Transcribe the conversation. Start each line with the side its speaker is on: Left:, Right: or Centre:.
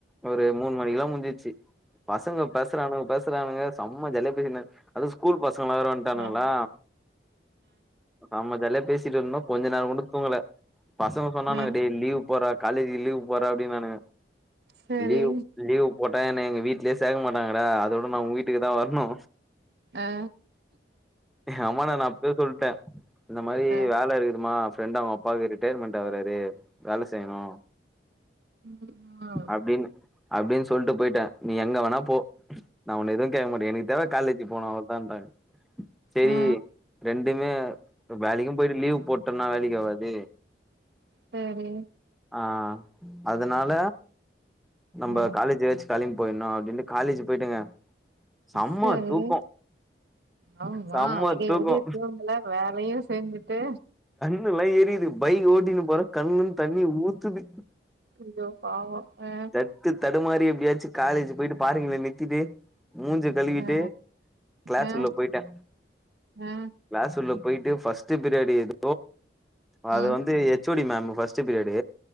Centre: ஒரு மூணு மணிக்கு ல்லா முடிஞ்சிடுச்சு பசங்க பேசுறானுங்க பேசுறானுங்க செம்ம ஜாலிய பேசினுந்தாங்க அது ஸ்கூல் பசங்களா வேற வந்துட்டானுங்களா
Right: ஆ
Centre: நம்ம ஜாலியா பேசிட்டு இருந்தோ கொஞ்ச நேர கூட தூங்கல பசங்க சொன்னானுங்க
Right: ஆ
Centre: டே லீவ் போறா காலேஜ் லீவ் போட்றா அப்டின்னாங்க
Right: சரி
Centre: லீவு லீவு போட்டா என்ன எங்க வீ்ட்லேயே சேக்க மாட்டாங்கடா அதோட நா உங்க வீட்டுக்கு தா வர்ணு
Right: ஆ
Centre: எங்க அம்மாட்ட நா அப்பயே சொல்டே இந்த மாரி
Right: ஆ
Centre: வேல இருக்குதுமா ஃப்ரெண்ட் அவுங்க அப்பாக்கு ரிட்டயர்மெண்ட் ஆவறாரு வேல செய்ணு
Right: ம் ஆ
Centre: அப்டின் அப்டின் சொல்ட்டு போயிட்டே நீ எங்க வேணா போ நா உன்ன எதுவு கேக்க மாட்டே எனக்கு தேவ காலேஜி போனோ அவ்ளோதாட்டாங்க செரி
Right: ஆ
Centre: ரெண்டுமே வேலைக்கு போயிட்டு லீவு போட்டனா வேலைக்கி ஆவாது
Right: சேரி
Centre: ஆ அதனால நம்ப
Right: ஆ
Centre: காலேஜ் வெச்சிக் வேலைக்கு போயிணோ அப்டின்ட்டு காலேஜ் போயிட்டுங்க செம்ம
Right: சரி
Centre: தூக்கோ
Right: ஆமா
Centre: செம்ம
Right: விடிய
Centre: தூக்கோ
Right: விடிய தூங்கல வேலையு செஞ்சிட்டு
Centre: கண்ணுலா எரியுது பைக் ஓட்டினு போறே கண்ணுல இருந்து தண்ணி ஊத்துது
Right: அய்யோ பாவோ ஆ
Centre: தத்து தடுமாறி எப்படியாச்சு காலேஜ் போயிட்டு பார்க்கிங்ல நிறுத்திட்டு முஞ்சு கழுவிட்டு
Right: ஆ
Centre: கிளாஸ்
Right: ஆ
Centre: உள்ள போயிட்டே
Right: ஆ
Centre: கிளாஸ் உள்ள போயிட்டு ஃபஸ்ட்டு பீரியடு எது அது
Right: ம்
Centre: வந்து H O D ma'am first period